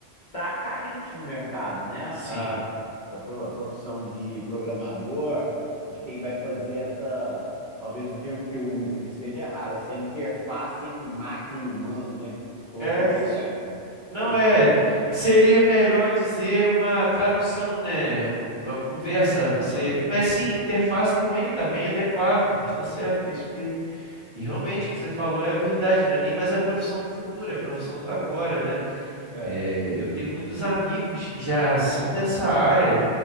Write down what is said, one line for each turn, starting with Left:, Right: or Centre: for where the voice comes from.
Left: tá carente no mercado, né?
Right: sim.
Left: A, a pro- a profissão de programador, de quem vai fazer essa, talvez o termo que eu use aqui esteja errado, essa interface entre máquina e humano, né? Coloquei
Right: É
Left: certo?
Right: isso. Não
Left: É isso
Right: é.
Left: mesmo?
Right: Seria melhor dizer uma tradução, né? um- Uma conversa.
Left: Aham.
Right: Você. Mas sim, interface também está bem adequado, mas está certo, é isso mesmo. E realmente o que você falou é a verdade, não é nem mais a profissão do futuro, é a profissão do agora, né?
Left: É,
Right: É, eu tenho muitos amigos que já são dessa área.